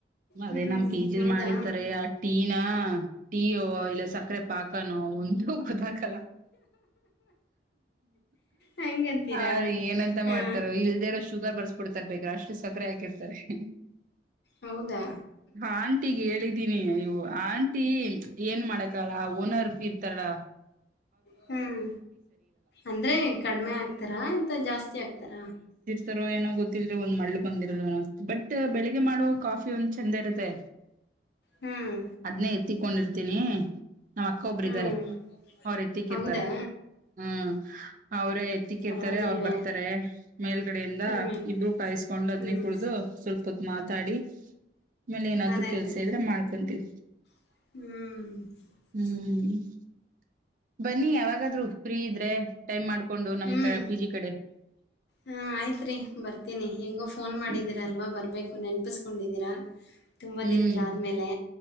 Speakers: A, on the right; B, on the left.
A: ಅದೆ
B: ಹ್ಮ್
A: ನಮ್ ಪಿ ಜಿ
B: ಹೌದಾ
A: ಲ್ ಮಾಡಿರ್ತಾರೆ ಆ ಟೀ ನ ಹಾ ಟೀಯೋ ಇಲ್ಲ ಸಕ್ಕರೆ ಪಾಕನೋ ಒಂದು ಗೊತ್ತಾಗ್ ಕಲ
B: ಹೆಂಗಂತೀರಾ
A: ಅ ರೀ ಏನಂತ
B: ಹಾ
A: ಮಾಡ್ತಾರೋ ಇಲ್ದೆರೊ ಶುಗರ್ ಬರ್ಸ್ಬಿಡ್ತಾರ ಬೇಕ್ರ ಅಷ್ಟು ಸಕ್ಕರೆ ಹಾಕಿರ್ತಾರೆ ಹ್
B: ಹೌದಾ
A: ಆಂಟಿಗ್ ಹೇಳಿದ್ದೀನಿ ಅಯ್ಯೋ ಅ ಆಂಟಿ ಏನ್ ಮಾಡಕಲ್ಲ ಓನರ್ ಇರ್ತಾರಲ
B: ಹ್ಮ್ ಅಂದ್ರೆ ಕಡಿಮೆ ಆಗ್ತಾರಾ ಎಂತ ಜಾಸ್ತಿ ಹಾಗ್ತಾರ?
A: ತರೋ ಏನೋ ಗೊತ್ತಿಲ್ ಒಂದ್ ಮಳ್ಳ ಬಂದಿರ <unintelligible> ಬಟ್ ಬೆಳಗ್ಗೆ ಮಾಡೋವ ಕಾಫಿ ಒಂದ್ ಚಂದ ಇರುತ್ ತ್ತೆ
B: ಹ್ಮ್
A: ಅದ್ನ್ಲೇ ಎತ್ತಿಕೊಂಡಿರ್ತೀನಿ ನಮ್ಮ ಅಕ್ಕ ಒಬ್ರ
B: ಹ್ಮ್
A: ಇದಾರೆ... ಎತ್ತಿಕ್ಕಿರ್ತಾರೆ
B: ಹೌದಾ
A: ಹ್ಮ್ ಅವರೇ ಎತ್ತಿಕ್ಕಿರ್ತಾರೆ
B: ಪರವಾಗಿಲ್ವೇ
A: ಅವ್ರು ಬರ್ತಾರೆ ಮೇಲ್ಗಡೆಯಿಂದ
B: ಹ್ಮ್
A: ಇಬರು ಕಾಯಿಸಕೊಂಡು ಅದನ
B: ಹ್ಮ್
A: ಕುಡಿದು ಸ್ವಲ್ಪ. ಮ. <inaudible> ಮಾತಾಡಿ ಆಮೇಲೆ ಏನಾದ್ರು
B: ಅದೇ
A: ಕೆಲ್ಸ
B: ಅದೇ
A: ಇದ್ರೆ ಮಾಡ್ಕೊಂತೀವಿ.
B: ಹ್ಮ್.
A: ಹ್ಮ್. <unintelligible> ಬನ್ನಿ ಯಾವಾಗಾದ್ರು ಫ್ರೀ ಇದ್ರೆ ಟೈಮ್ ಮಾಡ್ಕೊಂಡು ನಮ್
B: ಹ್ಮ್
A: ಪಿ ಜಿ ಕಡೆ
B: ಹಾ ಆಯ್ತ್ರಿ ಬರ್ತೀನಿ ಹೆಂಗೋ ಫೋನ್ ಮಾಡಿದ್ದೀರಾ
A: ಹ್ಮ.
B: ಅಲ್ವಾ ಬರ್ಬೇಕು ನೆನಪಿಸ್ಕೊಂಡಿದ್ದೀರಾ ತುಂಬಾ
A: ಹ್ಮ್
B: ದಿನಗಳ ಆದ್ಮೇಲೆ.